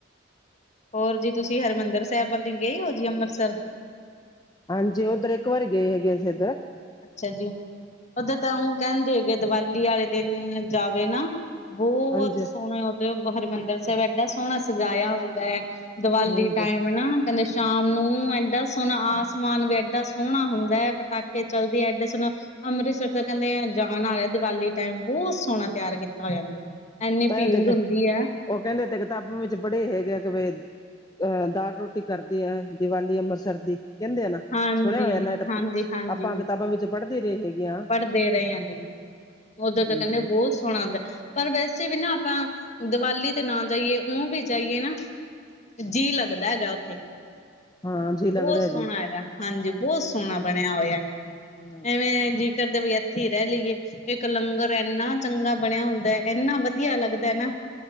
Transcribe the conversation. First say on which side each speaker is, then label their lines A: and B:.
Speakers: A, on the left; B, on the left.
A: ਹੋਰ ਜੀ ਤੁਸੀਂ ਹਰਿਮੰਦਰ ਸਾਹਿਬ ਵਾਲੇ ਗਏ ਹੋ ਜੀ ਅੰਮ੍ਰਿਤਸਰ
B: ਹਾਂਜੀ ਉੱਧਰ ਇੱਕ ਵਾਰੀ ਗਏ ਹੈਗੇ ਅਸੀਂ ਇੱਧਰ
A: ਅੱਛਾ ਜੀ ਉੱਧਰ ਤਾਂ ਉਹ ਕਹਿੰਦੇ ਹੈਗੇ ਦੀਵਾਲੀ ਵਾਲੇ ਦਿਨ ਜਾਵੇ ਨਾ। ਬਹੁਤ
B: ਹਾਂਜੀ
A: ਸੋਹਣਾ ਉਧੋਰੋ ਹਰਿਮੰਦਰ ਸਾਹਿਬ ਏਡਾ ਸੋਹਣਾ ਸਜਾਇਆ ਹੁੰਦਾ ਹੈ। ਦੀਵਾਲੀ
B: ਹਾਂਜੀ
A: ਟਾਈਮ ਨਾ। ਕਹਿੰਦੇ ਸ਼ਾਮ ਨੂੰ ਏਡਾ ਸੋਹਣਾ ਆਸਮਾਨ ਵੀ ਏਡਾ ਸੋਹਣਾ ਹੁੰਦਾ ਹੈ ਪਟਾਕੇ ਕੇ ਚਲਦੀ ਏਡਾ ਸੋਹਨਾ ਅੰਮ੍ਰਿਤਸਰ ਤਾਂ ਕਹਿੰਦੇ, ਜਾਣ ਵਾਲਾ ਦੀਵਾਲੀ ਟਾਈਮ ਬਹੁਤ ਸੋਹਣਾ ਤਿਆਰ ਕੀਤਾ ਹੋਇਆ। ਇੰਨੀ
B: ਤਾਂਹੀ
A: ਭੀੜ
B: ਤੇ ਕੇ
A: ਹੁੰਦੀ ਆ।
B: ਉਹ ਕਹਿੰਦੇ ਤੇ ਕਿਤਾਬਾਂ ਵਿੱਚ ਪੜ੍ਹੇ ਹੈਗੇ ਕਿ ਬ ਅਹ ਦਾਲ ਰੋਟੀ ਕਰਦੀ ਹੈ, ਦੀਵਾਲੀ ਅੰਬਰਸਰ ਦੀ ਕਹਿੰਦੇ ਆ ਨਾ
A: ਹਾਂਜੀ,
B: ਸੁਣਿਆ ਹੋਇਆ, ਨਾ ਤਾਂ
A: ਹਾਂਜੀ, ਹਾਂਜੀ
B: ਆਪਾਂ ਕਿਤਾਬਾਂ ਵਿੱਚ ਪੜ੍ਹਦੇ ਰਹੇ ਹੈਗੇ ਹਾਂ।
A: ਪੜ੍ਹਦੇ ਰਹੇ ਆ ਜੀ ਓਧਰ ਤਾਂ
B: ਹਾਂਜੀ
A: ਕਹਿੰਦੇ ਬਹੁਤ ਸੋਹਣਾ ਹੁੰਦਾ। ਪਰ ਵੈਸੇ ਵੀ ਨਾ ਆਪਾਂ ਦੀਵਾਲੀ ਤੇ ਨਾ ਜਾਈਏ ਊ ਵੀ ਜਾਈਏ ਨਾ। ਜੀਅ ਲੱਗਦਾ ਹੈਗਾ, ਉੱਥੇ
B: ਹਾਂ ਜੀ ਲੱਗਦਾ
A: ਬਹੁਤ
B: ਹੈ
A: ਸੋਹਣਾ
B: ਜੀ
A: ਹੈਗਾ। ਹਾਂਜੀ, ਬਹੁਤ ਸੋਹਣਾ ਬਣਿਆ ਹੋਇਆ,
B: ਅੱਛਾ
A: ਐਵੇਂ ਜੀ ਕਰਦੇ ਵੀ ਇੱਥੇ ਹੀ ਰਹਿ ਲਈਏ। ਇੱਕ ਲੰਗਰ ਇੰਨਾ ਚੰਗਾ ਬਣਿਆ ਹੁੰਦਾ, ਇੰਨਾ ਵਧੀਆ ਲੱਗਦਾ ਨਾ।